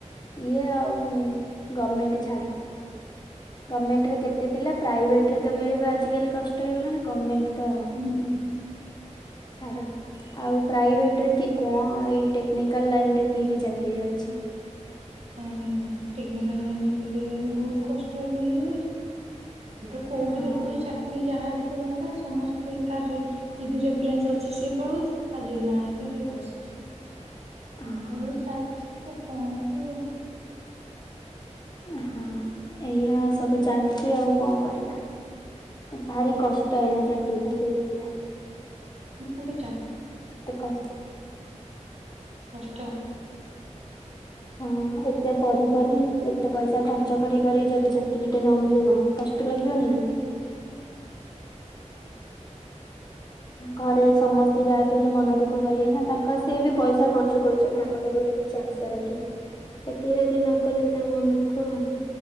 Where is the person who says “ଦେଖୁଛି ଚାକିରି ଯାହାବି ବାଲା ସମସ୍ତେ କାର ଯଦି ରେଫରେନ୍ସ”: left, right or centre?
Right